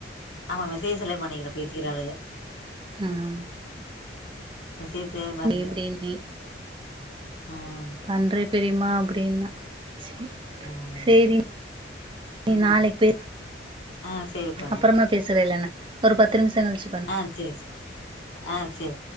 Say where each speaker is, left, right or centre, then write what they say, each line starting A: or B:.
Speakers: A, on the left; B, on the right.
A: ஆமா மெசேஜுல பண்ணிகிறுக்கு கிறாளுக
B: ஹம்
A: மெசேஜே பாத்துகிற
B: இப்டின்னே
A: ஹம்
B: பண்றே பெரிமா அப்டின்னா சேரி
A: ம்
B: சேரி நீ
A: ம்
B: நாளைக் பேசு
A: ஆ சேரி பண்ணு
B: அப்றமா பேசுறலேன்ன ஒரு பத்து நிம்ஷோ கழ்ச்சி
A: ஆ செரி செரி ஆ செரி